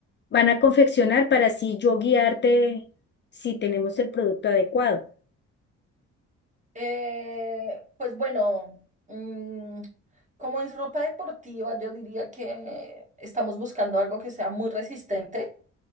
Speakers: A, on the left; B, on the right.
A: van a confeccionar para así yo guiarte si tenemos el producto adecuado.
B: Eh, pues bueno, mm, como es ropa deportiva, yo diría que estamos buscando algo que sea muy resistente